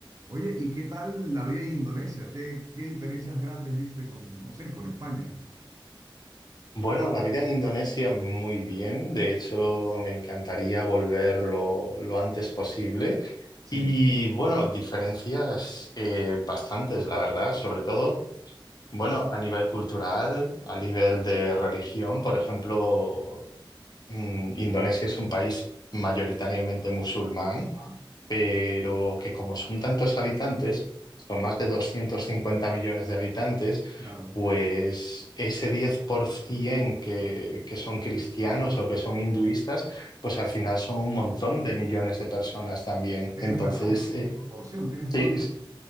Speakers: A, on the right; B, on the left.
A: Oye, ¿y qué tal la vida en Indonesia? ¿Qué, qué diferencias grandes viste con, no sé, con España?
B: Bueno, la vida en Indonesia muy bien. De hecho, me encantaría volver lo, lo antes posible.
A: Sí,
B: Y bueno, diferencias eh, bastantes, la verdad, sobre todo, bueno, a nivel cultural,
A: claro.
B: a nivel de religión, por ejemplo, mm, Indonesia es un país mayoritariamente musulmán
A: Ajá,
B: pero que como son tantos habitantes, son más de 250 millones de habitantes,
A: claro.
B: pues ese 10% que, que son cristianos o que son hinduistas, pues al final son un montón de millones de personas también.
A: Es
B: Entonces,
A: verdad, ¿no? Por
B: eh,
A: proporción, tienes
B: sí.
A: toda la...
B: es-